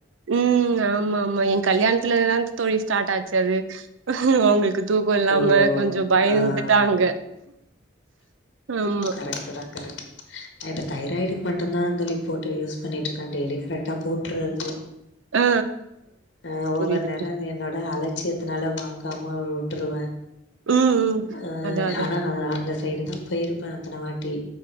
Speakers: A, on the right; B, on the left.
A: ம் ஆமாமா எ கல்யாணத்துலதாங் தோழி ஸ்டார்ட்டாச்சு அது அவுங்ளுக்கு தூக்கோ இல்லாம
B: ஓ
A: கொஞ்சோ பயந்துட்டாங்க
B: ஆ
A: ஆம்
B: கரெக்ட்டு தா கரெக்ட்டு தா நா இப்ப தைராய்டுக்கு மட்டுந்தா அந்த ரிப்போர்ட்ட யூஸ் பண்ணிட்ருக்கே டெய்லி கரெக்டா போட்றுது
A: ஆ ஆ
B: ஆ ஒவ்வொரு
A: புரியுது
B: நேரோ
A: புரி
B: இது என்னோட அலட்சியத் துனால வாங்காம உட்ருவே
A: ம் ம்
B: ஆ
A: அதா அதா
B: ஆனா ஆ அந்த சைடு தா போயிருப்பே அத்தன வாட்டி